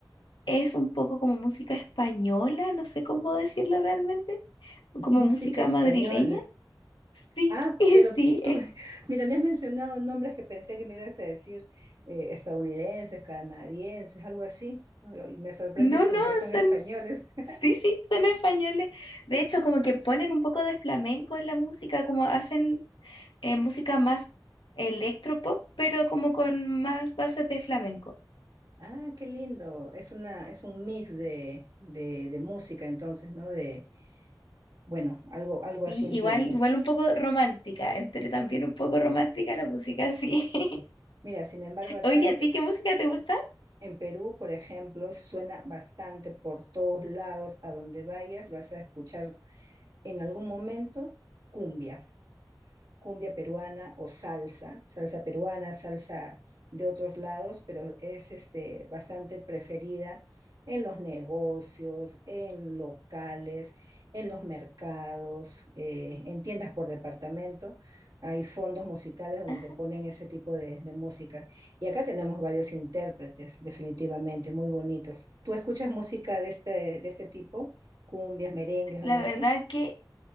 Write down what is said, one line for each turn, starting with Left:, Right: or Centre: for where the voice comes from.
Left: es un poco como música española, no sé cómo decirlo realmente, como
Right: Música
Left: música
Right: española.
Left: madrileña. Sí,
Right: Ah,
Left: <laughs>
Right: pero
Left: sí,
Right: tú,
Left: es-
Right: <laughs> mira, me has mencionado nombres que pensé que me ibas a decir eh, estadounidenses, canadienses, algo así, pero- y me sorprendes
Left: no,
Right: con
Left: no,
Right: que son españoles.
Left: son,
Right: <laughs>
Left: sí, sí, son españoles. De hecho, como que ponen un poco de flamenco en la música, como hacen eh, música más electropop, pero como con más bases de flamenco.
Right: Ah, qué lindo. Es una, es un mix de, de, de música, entonces, ¿no? De, bueno, algo, algo
Left: Y
Right: así entiendo.
Left: igual, igual un poco romántica, entre también un poco romántica la música, sí. <laughs>
Right: Mira, sin embargo, acá
Left: Oye,
Right: en,
Left: ¿a
Right: Pe-
Left: ti qué música te gusta?
Right: en Perú, por ejemplo, suena bastante por todos lados, a donde vayas, vas a escuchar en algún momento cumbia. cumbia peruana o salsa, salsa peruana, salsa de otros lados, pero es este, bastante preferida en los negocios, en locales, en los mercados, eh, en tiendas por departamento. Hay fondos musicales donde
Left: Ajá.
Right: te ponen ese tipo de, de música. Y acá tenemos varios intérpretes, definitivamente, muy bonitos. ¿Tú escuchas música de este, de este tipo? Cumbias, merengues, algo
Left: La
Right: así.
Left: verdad que